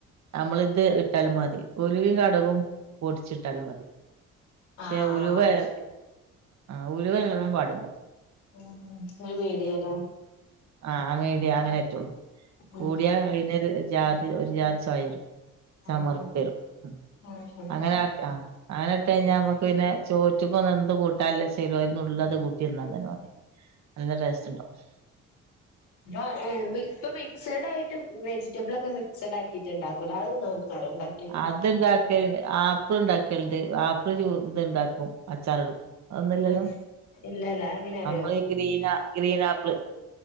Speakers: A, on the right; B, on the left.
A: നമ്മള് ഇത് ഇട്ടാലും മതി ഉലുവി കടുകും പൊടിച്ച് ഇട്ടാലും മതി പക്ഷെ
B: ആഹ്
A: ഉലുവ
B: ആഹ്
A: ഏ
B: ശരി
A: ആഹ് ഉലുവ ഏറാൻ പാടില്ല
B: ഉം ഉം ഒരു മീഡിയേലോ
A: ആഹ് മീഡിയ അങ്ങനെ പറ്റുള്ളൂ
B: ഉം
A: കൂടിയാ അതിനൊരു ജാതി ഒരു ജാതി ചൊയ വരും
B: ആഹ്
A: ചമർപ്പ്
B: ആഹ്
A: വരും ഉം
B: ആഹ് ആഹ്
A: അങ്ങനെ ആ അങ്ങനെ ഇട്ട കഴിഞ്ഞാൽ
B: ആഹ്
A: നമ്മുക്ക് പിന്നെ ചോറ്റിക്കൊന്നും എന്ത് കൂട്ടാല്ലേച്ചേലും അത് ഒരു നുള്ള് അത് കൂട്ടിന്ന തന്നെ മതി നല്ല ടേസ്റ്റ്ണ്ടാവും
B: <unintelligible> മിസഡ് ആയ്ട്ട് വെജിറ്റബിള ഒക്കെ മിക്സഡ് ആക്കിട്ട്ണ്ടാക്കല്ലോ അത് ഇങ്ങക്കറിയോ ഇണ്ടാ
A: അത്ണ്ടാക്കൽണ്ട് ആപ്പിൾ ഉണ്ടാക്കലുണ്ട് ആപ്പിൾ ചോ ഇത്ണ്ടാക്കും അച്ചാറിടും അതൊന്നുല്ലല്ലോ
B: ഏഹ് ഇല്ലല്ല എങ്ങനെ അറിയോ
A: നമ്മള് ഗ്രീൻ ഗ്രീൻ ആപ്പിള്